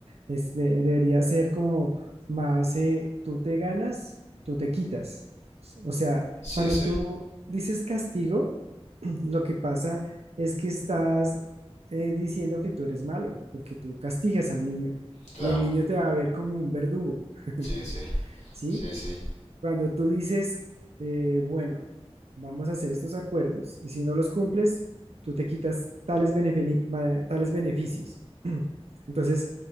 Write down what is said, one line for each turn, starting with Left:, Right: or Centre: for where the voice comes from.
Right: Es de- debería ser como más, eh, tú te ganas, tú te quitas. O sea,
Left: sí,
Right: cuando
Left: sí,
Right: tú dices castigo, <clears throat> lo que pasa es que estás eh, diciendo que tú eres malo, porque tú castigas al niño
Left: claro,
Right: y el niño te va a ver como un verdugo, <laughs>
Left: sí, sí,
Right: ¿sí?
Left: sí, sí,
Right: Cuando tú dices, eh, bueno, vamos a hacer estos acuerdos y si no los cumples, tú te quitas tales, benefeni- ba- tales beneficios. <clears throat> Entonces,